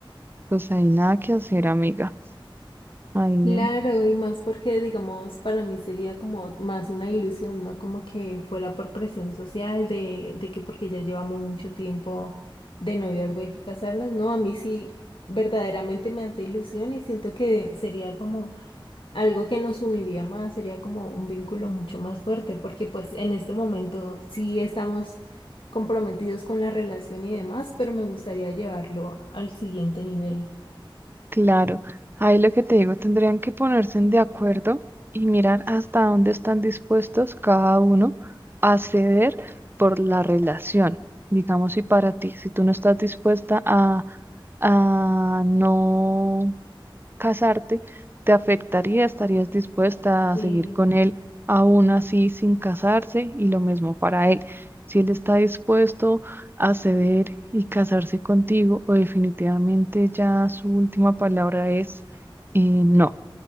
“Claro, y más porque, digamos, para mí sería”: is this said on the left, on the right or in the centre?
Left